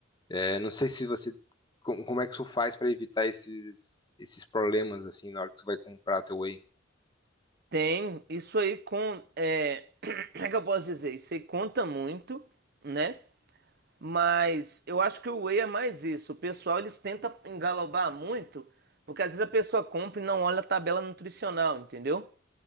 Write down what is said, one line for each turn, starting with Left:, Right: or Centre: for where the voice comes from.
Left: É, não sei se você. com- Como é que tu faz para evitar esses, esses problemas, assim, na hora que tu vai comprar teu whey?
Right: Tem isso aí com. É... <clears throat> Como é que eu posso dizer? Isso aí conta muito, né? Mas eu acho que o Whey é mais isso. O pessoal eles tentam engalobar muito, porque às vezes a pessoa compra e não olha a tabela nutricional, entendeu?